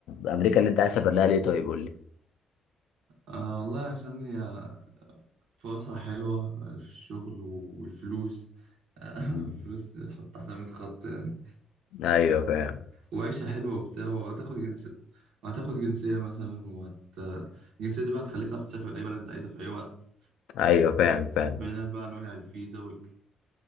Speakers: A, on the left (about 80°); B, on the right (about 85°).
A: امريكا اللي انت عايز تسافر لها ليه طيب قول لي
B: آه والله عشان هي فرصة حلوة في الشغل والفلوس آه
A: مم.
B: <laughs> الفلوس حط تحت 100 خط يعني
A: ايوه فاهم
B: وعيشة حلوة وبتاع وهتاخد جنسية وهتاخد جنسية مثلا وهت الجنسية دي بقى هتخليك تعرف تسافر أي بلد أنت عايزها في أي وقت
A: ايوه فاهم فاهم
B: بعيدا بقى عن وجع الفيزا وال